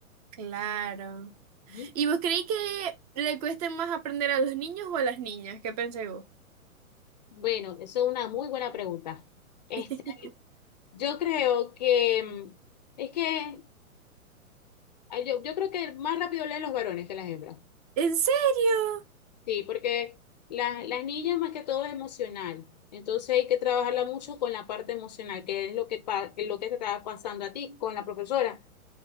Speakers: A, on the right; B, on the left.
A: claro.
B: Ujú.
A: ¿Y vos creéis que le cueste más aprender a los niños o a las niñas? ¿Qué pensáis vos?
B: Bueno, eso es una muy buena pregunta. Este,
A: <laughs>
B: yo creo que mm, es que ah, yo, yo creo que más rápido leen los varones que las hembras.
A: ¿En serio?
B: Sí, porque las las niñas más que todo es emocional. Entonces hay que trabajarla mucho con la parte emocional, que es lo que, pa- que es lo que te estaba pasando a ti con la profesora,